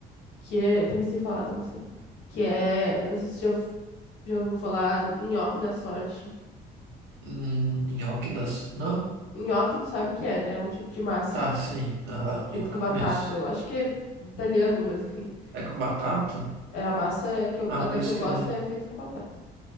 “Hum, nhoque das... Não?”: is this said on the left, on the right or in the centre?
Right